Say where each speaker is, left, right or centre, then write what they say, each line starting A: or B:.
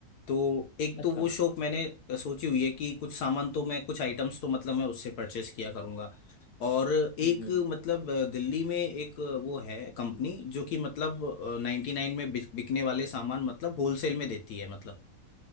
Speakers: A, on the left; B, on the left.
A: तो एक
B: अच्छा
A: तो वो शॉप मैंने सोची हुई है कि कुछ सामान तो मैं कुछ आइटम्स तो मतलब मैं उससे परचेस किया करूंगा और एक
B: हम्म हम्म
A: मतलब अ, दिल्ली में एक अ, वो है कंपनी जो कि मतलब नाइन्टी नाइन में बिक- बिकने वाले सामान मतलब होलसेल में देती है मतलब